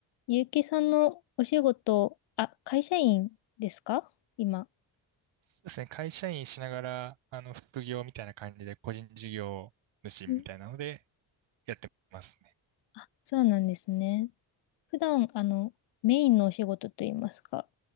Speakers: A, on the left; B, on the right.
A: ゆうきさんのお仕事、あ、会社員ですか今。
B: そうですね。会社員しながら、あの、副業みたいな感じで、個人事業主みたいなので、
A: うん
B: やってますね。
A: あ、そうなんですね。普段、あの、メインのお仕事といいますか、